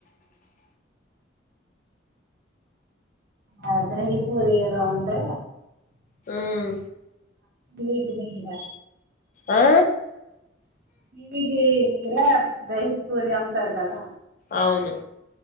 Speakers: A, on the right; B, on the left.
A: ఆ దహి పూరీ ఏదో ఉంటే
B: హ్మ్
A: వీటి దగ్గర
B: ఆ
A: <unintelligible> పూరి అమ్ముతారు కదా
B: అవును